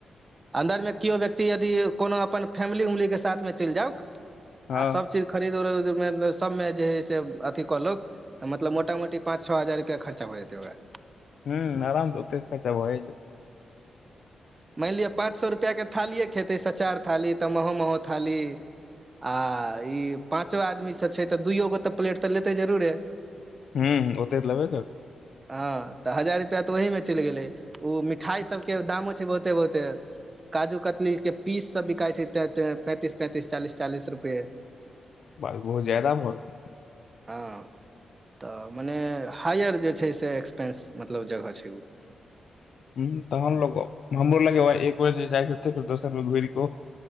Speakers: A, on the right; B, on the left.
A: अन्दरमे किओ व्यक्ति यदि कोनो अपन फैमिली उमली के साथमे चलि जाउक।
B: हँ
A: आ सब चीज खरीद उरीद सबमे जे हइ से अथी कलौक तऽ मतलब मोटा मोटी पाँच छ हजार रुपआ खर्चा भ जेतै ओकरा।
B: हू आराम स ओते खर्चा भए जेतै
A: मानि लिअ पाँच सए रुपैआके थालिए खेतै सचार थाली तऽ महो महो थाली। आ ई पाँचो आदमीसँ छै तऽ दुइो गो तऽ प्लेट तऽ लेतै जरूरे।
B: हू ओते तऽ लेबे करतै
A: ह तऽ हजार रुपआ तऽ ओहिी में चलि गेलै ओ मिठाई सब के दामो छैय बहुते बहुते। काजू कतलीक के पीस सब बिकाइ छैय त पैंतीस पैंतीस चालीस चालीस रुपये।
B: बात बहो जााद भ गेल।
A: हँ। तऽ मने हायअर जे छैय से एक्सपेंस मतलब जगह छैय ओ।
B: ह त हमलोग हमरोर लगे एक बजे जाइकेते फर दोसरो बेर घुरी क